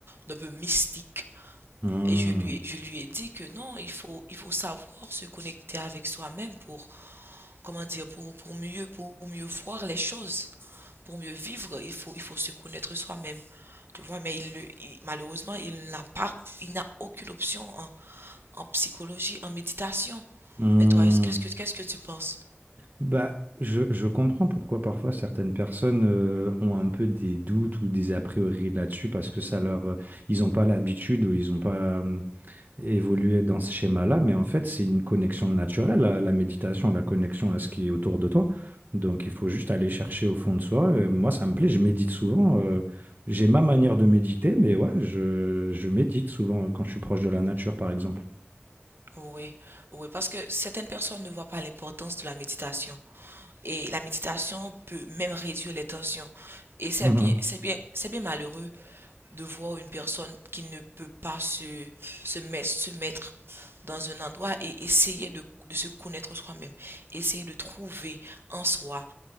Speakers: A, on the right (about 70°); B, on the right (about 50°).
A: d'un peu mystique.
B: mh. Mmh.
A: Et je lui, ai- je lui ai dit que non, il faut, il faut savoir se connecter avec soi-même pour, comment dire, pour, pour mieux, pour mieux voir les choses, pour mieux vivre, il faut, il faut se connaître soi-même. Tu vois, mais il, le- il- malheureusement, il n'a pas, il n'a aucune option en, en psychologie, en méditation.
B: Mmh.
A: Mais toi, est-ce- qu'est-ce que, qu'est-ce que tu penses?
B: Bah, je je comprends pourquoi parfois certaines personnes, heu, ont un peu des doutes ou des a priori là-dessus parce que ça leur, heu, ils n'ont pas l'habitude ou ils n'ont pas, hem, évolué dans ce schéma-là, mais en fait, c'est une connexion naturelle à la méditation, la connexion à ce qui est autour de toi. Donc il faut juste aller chercher au fond de soi et moi, ça me plaît, je médite souvent, heu, j'ai ma manière de méditer, mais ouais, je je médite souvent quand je suis proche de la nature, par exemple.
A: Oui, oui, parce que certaines personnes ne voient pas l'importance de la méditation. Et la méditation peut même réduire les tensions. Et c'est
B: Mmh
A: bien,
B: mh.
A: c'est bien, c'est bien malheureux de voir une personne qui ne peut pas se, se mettre, se mettre dans un endroit et essayer de, de se connaître soi-même, essayer de trouver en soi